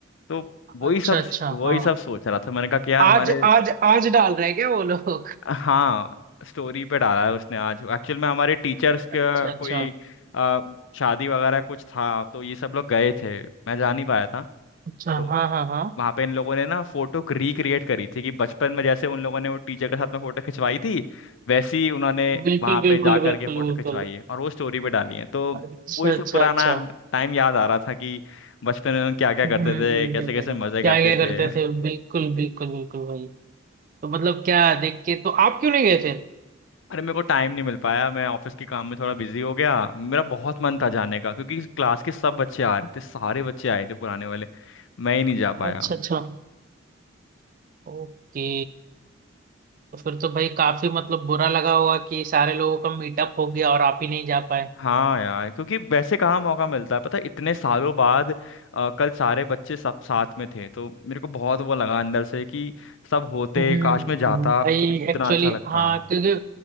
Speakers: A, on the left; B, on the right.
A: तो वही
B: अच्छा
A: सब
B: अच्छा
A: वही
B: हाँ
A: सब सोच रहा था मैंने कहा कि यार
B: आज
A: हमारे
B: आज आज डाल रहे हैं क्या वो लोग
A: हाँ स्टोरी पे डाला है उसने आज एक्चुअल में हमारे टीचर्स
B: अच्छा
A: का कोई
B: अच्छा
A: अ, शादी वगैरह कुछ था तो ये सब लोग गए थे मैं जा नहीं पाया था
B: अच्छा
A: तो
B: हाँ हाँ हाँ
A: वहां पे इन लोगों ने ना फोटो रिक्रिएट करी थी कि बचपन में जैसे उन लोगों ने वो टीचर के साथ में फोटो खिंचवाई थी वैसी उन्होंने
B: बिल्कुल
A: वहां
B: बिल्कुल
A: पे जा करके
B: बिल्कुल
A: फोटो
B: बिल्कुल
A: खिंचवाई है और वो स्टोरी पे डाली है तो
B: अच्छा
A: वो ये सब
B: अच्छा
A: पुराना
B: अच्छा
A: टाइम याद आ रहा था कि बचपन में हम क्या क्या
B: हम्म
A: करते
B: हम्म,
A: थे
B: हम्म,
A: कैसे कैसे
B: हम्म।
A: मजे
B: क्या
A: करते
B: क्या
A: थे
B: करते थे बिल्कुल बिल्कुल बिल्कुल भाई तो मतलब क्या देख के तो आप क्यों नहीं गए फिर
A: अरे मेरे को टाइम नहीं मिल पाया मैं ऑफिस के काम में थोड़ा बिजी हो गया मेरा बहुत मन था जाने का क्योंकि क्लास के सब बच्चे आ रहे थे सारे बच्चे आए थे पुराने वाले मैं ही नहीं जा पाया
B: अच्छा अच्छा ओके तो फिर तो भाई काफी मतलब बुरा लगा होगा कि सारे लोगों का मीटअप हो गया और आप ही नहीं जा पाए
A: हाँ यार क्योंकि वैसे कहाँ मौका मिलता है पता है इतने सालों बाद अ, कल सारे बच्चे सब साथ में थे तो मेरे को बहुत वो लगा अंदर से कि सब होते
B: हम्म
A: काश में जाता
B: भाई
A: कितना
B: एक्चुअली
A: अच्छा लगता
B: हाँ क्योंकि